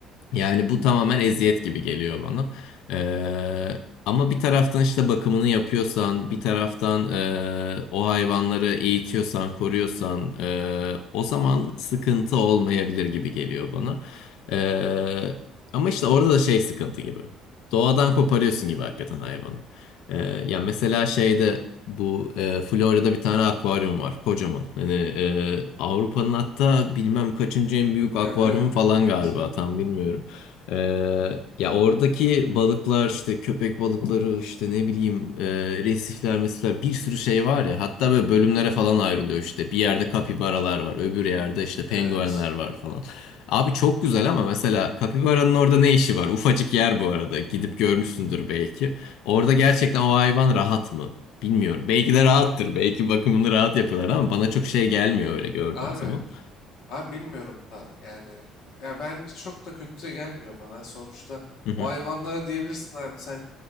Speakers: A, on the left; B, on the left.
A: Yani bu tamamen eziyet gibi geliyor bana. Ee, ama bir taraftan işte bakımını yapıyorsan, bir taraftan e, o hayvanları eğitiyorsan, koruyorsan, e, o zaman sıkıntı olmayabilir gibi geliyor bana. Ee, ama işte orada da şey sıkıntı gibi. Doğadan koparıyorsun gibi hakikaten hayvanı. Ee, ya mesela şeyde bu e, Florya'da bir tane akvaryum var, kocaman. Hani e, Avrupa'nın hatta bilmem kaçıncı en büyük akvaryumu
B: Ben biliyorum biliyorum
A: falan
B: evet.
A: galiba, tam bilmiyorum. Ee, ya oradaki balıklar işte köpek balıkları işte ne bileyim e, resifler mesela bir sürü şey var ya hatta böyle bölümlere falan ayrılıyor işte bir yerde kapibaralar var öbür yerde işte penguenler
B: Evet.
A: var falan. Abi çok güzel ama mesela kapibaranın orada ne işi var? Ufacık yer bu arada gidip görmüşsündür belki. Orada
B: Evet.
A: gerçekten o hayvan rahat mı? Bilmiyorum. Belki de rahattır. Belki bakımını rahat yapıyorlar ama bana çok şey gelmiyor öyle gördüğüm
B: Abi.
A: zaman.
B: Abi bilmiyorum da yani ya bence çok da kötü de gelmiyor bana. Sonuçta
A: Hı hı.
B: o hayvanlara diyebilirsin abi sen